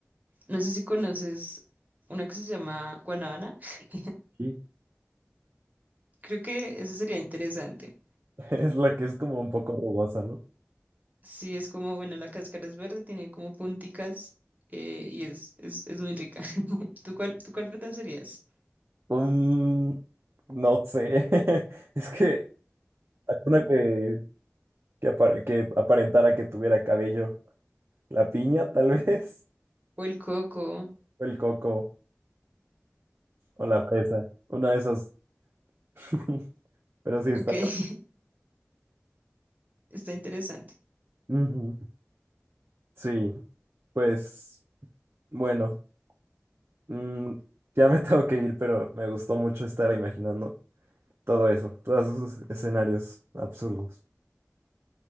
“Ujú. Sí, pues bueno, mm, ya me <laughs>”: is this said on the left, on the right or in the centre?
Right